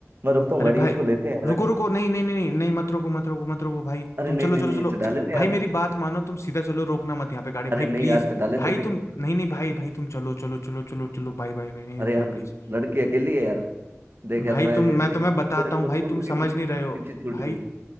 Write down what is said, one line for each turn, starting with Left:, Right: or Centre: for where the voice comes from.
Right: मैं रुकता हूँ
Left: अरे
Right: गाड़ी
Left: भाई
Right: इसको लेते हैं यार गाड़ी
Left: रुको रुको नहीं नहीं नहीं नहीं नहीं मत रोको मत रोको मत रोको भाई
Right: अरे
Left: तुम
Right: नहीं
Left: चलो
Right: नहीं
Left: चलो
Right: नहीं
Left: चलो
Right: चढ़ा लेते हैं
Left: भाई
Right: यार
Left: मेरी बात मानो तुम सीधा चलो रोकना मत यहाँ पे गाड़ी
Right: अरे
Left: भाई
Right: नहीं
Left: प्लीज
Right: यार चढ़ा लेते
Left: भाई
Right: हैं, देखो
Left: तुम नहीं नहीं भाई भाई तुम चलो चलो चलो चलो चलो भाई भाई भाई नहीं
Right: अरे
Left: रोकना
Right: यार
Left: प्लीज
Right: लड़की अकेली है यार देख
Left: भाई
Right: यार मैं
Left: तुम
Right: ये देख
Left: मैं तुम्हें बताता
Right: वो देख
Left: हूँ
Right: वो
Left: भाई
Right: छूट
Left: तुम
Right: गई
Left: समझ
Right: पीछे
Left: नहीं रहे हो
Right: पीछे छूट
Left: भाई
Right: गई